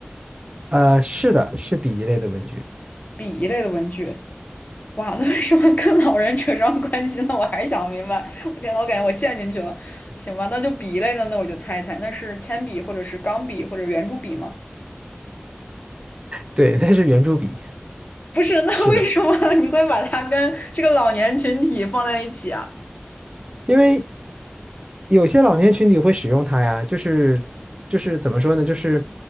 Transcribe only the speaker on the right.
啊，是的，是笔一类的文具。
对，那是圆珠笔，
是的，
因为有些老年群体会使用它呀，就是就是怎么说呢，就是